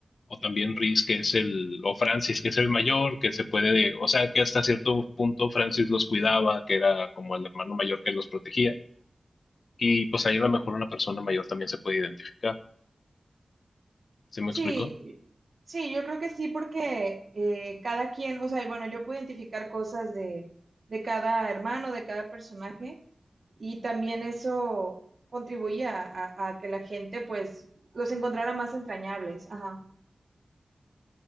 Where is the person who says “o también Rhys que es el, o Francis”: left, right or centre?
Left